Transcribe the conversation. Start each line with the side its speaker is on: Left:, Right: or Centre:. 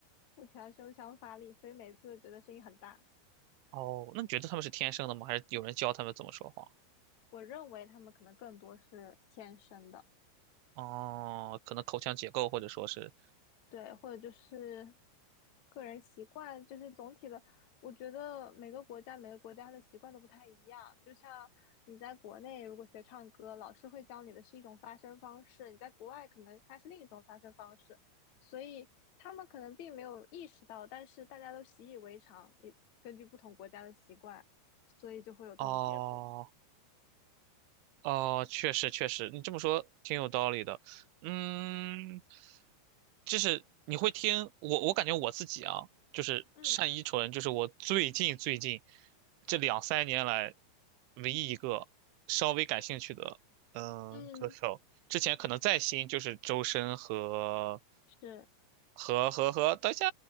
Left: 腹腔胸腔发力，所以每次都觉得声音很大。
Right: 哦，那你觉得他们是天生的吗？还是有人教他们怎么说话？
Left: 我认为他们可能更多是天生的。
Right: 哦，可能口腔结构或者说是
Left: 对，或者就是个人习惯，就是总体的，我觉得每个国家每个国家的习惯都不太一样。就像你在国内如果学唱歌，老师会教你的是一种发声方式，你在国外可能它是另一种发声方式，所以他们可能并没有意识到，但是大家都习以为常。你根据不同国家的习惯，所以就会有这种结果。
Right: 哦。哦，确实确实，你这么说挺有道理的。嗯，就是你会听我，我感觉我自己啊，就是单依纯，
Left: 嗯
Right: 就是我最近最近这两三年来唯一一个稍微感兴趣的嗯歌手。
Left: 嗯，
Right: 之前可能再新就是周深和
Left: 是，
Right: 和和和，等一下，